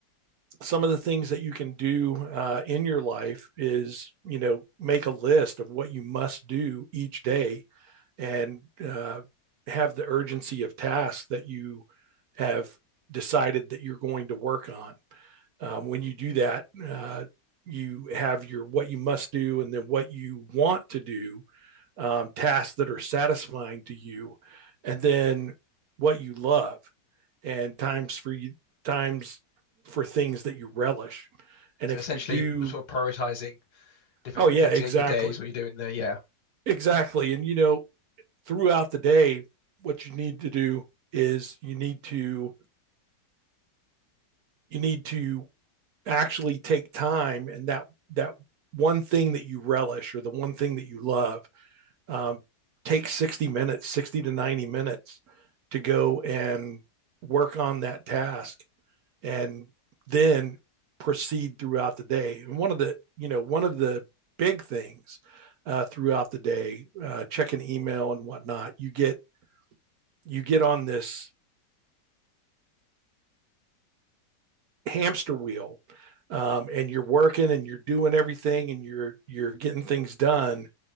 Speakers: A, on the right (about 65°); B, on the left (about 65°).
A: some of the things that you can do uh, in your life is you know make a list of what you must do each day and uh, have the urgency of tasks that you have decided that you're going to work on. Um, when you do that, uh, you have your what you must do and then what you want to do, um, tasks that are satisfying to you, and then what you love and times for you times for things that you relish. And
B: So
A: if
B: essentially,
A: you do,
B: sort of prioritizing different
A: oh yeah,
B: things
A: exactly,
B: in your days, what you're doing there. Yeah.
A: exactly. And you know, throughout the day, what you need to do is you need to you need to actually take time and that that one thing that you relish or the one thing that you love um, take 60 minutes 60 to 90 minutes to go and work on that task and then proceed throughout the day and one of the you know one of the big things uh, throughout the day uh, checking email and whatnot you get you get on this hamster wheel um, and you're working and you're doing everything and you're you're getting things done